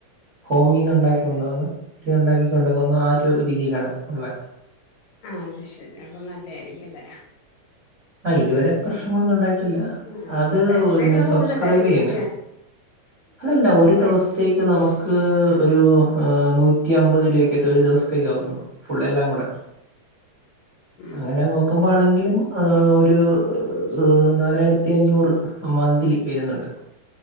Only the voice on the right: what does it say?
ഹോമിന്ന്
ഉണ്ടാക്കി കൊണ്ടുപന്ന ഉണ്ടാക്കി കൊണ്ടു പോന്ന ആ ഒരു രീതിയിലാണ് ഉള്ള
ആഹ് ഇതുവരെ പ്രശ്നങ്ങളൊന്നും ഉണ്ടായിട്ടില്ല
അത്
പിന്നെ സബ്സ്ക്രൈബ്
യ്യന്ന
അല്ലല്ല ഒരു
ദിവസത്തേക്ക് നമു മുക്ക് ഒരു നൂറ്റി അമ്പത് രൂപക്കകത്ത ഒരു ദിവസത്തേക്ക ആകുന്നുള്ളൂ ഫുൾെല്ലാം കൂടെ
അങ്ങനെ നോക്കുമ്പോ ആണെങ്കിലും ആഹ് ഒരുനാലായിരത്തിഅഞ്ഞൂറ് മന്തിലിവരുന്നുണ്ട്